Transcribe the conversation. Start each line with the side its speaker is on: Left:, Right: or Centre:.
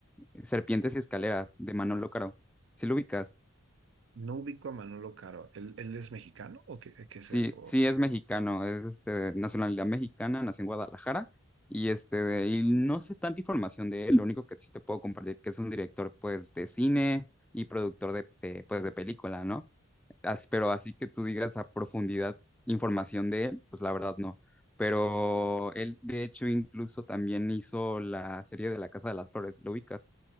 Centre: eh, Serpientes y Escaleras de Manolo Caro. ¿Sí lo ubicas?
Right: No ubico a Manolo Caro. ¿Él, él es mexicano o qué, qué es
Centre: Sí,
Right: él?
Centre: sí es mexicano, es este de nacionalidad mexicana, nació en Guadalajara y este de- y no sé tanta información de él, lo único que sí te puedo compartir que es un director pues de cine y productor de, de, pues de película, ¿no? As- pero así que tú digas a profundidad información de él, pues la verdad no. Pero él de hecho incluso también hizo la serie de La Casa de las Flores, ¿lo ubicas?